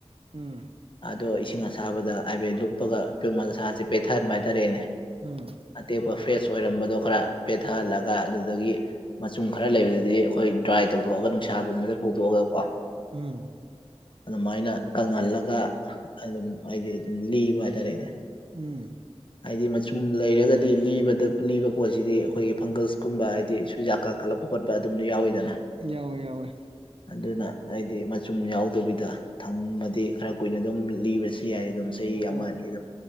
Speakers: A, on the right; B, on the left.
A: ꯎꯝ
B: ꯑꯗꯣ ꯏꯁꯤꯡ ꯑꯁꯥꯕꯗ ꯍꯥꯏꯐꯦꯠ ꯂꯨꯞꯄꯒ ꯄꯤꯃꯜ ꯃꯁꯁꯦ ꯄꯦꯊꯍꯟꯕ ꯍꯥꯏꯇꯥꯔꯦꯅꯦ
A: ꯎꯝ
B: ꯑꯇꯦꯛꯄ ꯐ꯭ꯔꯦꯁ ꯑꯣꯏꯔꯝꯕꯗꯣ ꯈꯔ ꯄꯦꯊꯍꯜꯂꯒ ꯑꯗꯨꯗꯒꯤ ꯃꯆꯨꯝ ꯈꯔ ꯂꯩꯕꯗꯨꯗꯤ ꯑꯩꯈꯣꯏ ꯗ꯭ꯔꯥꯏ ꯇꯧꯊꯣꯛꯑꯒ ꯅꯨꯡꯁꯥꯒꯨꯝꯕꯗ ꯐꯇꯣꯛꯑꯒ ꯀꯣ
A: ꯎꯝ
B: ꯑꯗꯨꯃꯥꯏꯅ ꯀꯪꯍꯜꯂꯒ ꯑꯗꯨꯝ ꯍꯥꯏꯗꯤ ꯑꯗꯨꯝ ꯂꯤꯕ ꯍꯥꯏꯇꯥꯔꯦꯅꯦ
A: ꯎꯝ
B: ꯍꯥꯏꯗꯤ ꯃꯆꯨꯝ ꯂꯩꯔꯒꯗꯤ ꯂꯤꯕꯗ ꯂꯤꯕ ꯄꯣꯠꯁꯤꯗꯤ ꯑꯩꯈꯣꯏꯒꯤ ꯐꯪꯒꯁꯀꯨꯝꯕ ꯍꯥꯏꯗꯤ ꯁꯨꯖꯥꯛ ꯀꯥꯈꯠꯂꯛꯄ ꯈꯣꯠꯄ ꯑꯗꯨꯝ ꯌꯥꯎꯋꯤꯗꯅ
A: ꯌꯥꯎꯋꯦ ꯌꯥꯎꯋꯦ
B: <unintelligible> ꯑꯗꯨꯅ ꯑꯩꯗꯤ ꯃꯆꯨꯝ ꯌꯥꯎꯗꯕꯤꯗ ꯊꯝꯃꯗꯤ ꯈꯔ ꯀꯨꯏꯅ ꯑꯗꯨꯝ ꯂꯤꯕꯁꯨ ꯌꯥꯏ ꯑꯗꯨꯝ ꯆꯍꯤ
A: ꯍꯣ
B: ꯑꯃ ꯑꯅꯤ ꯑꯗꯨꯝ